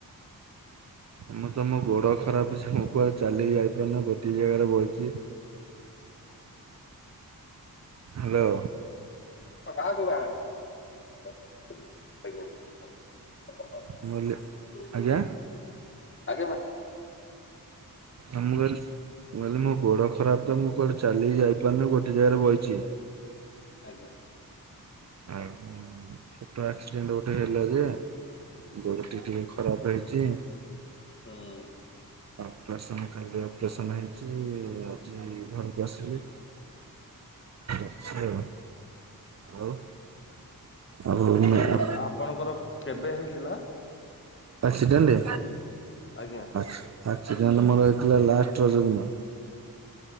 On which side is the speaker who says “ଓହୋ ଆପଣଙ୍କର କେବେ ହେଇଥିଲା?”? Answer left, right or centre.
Left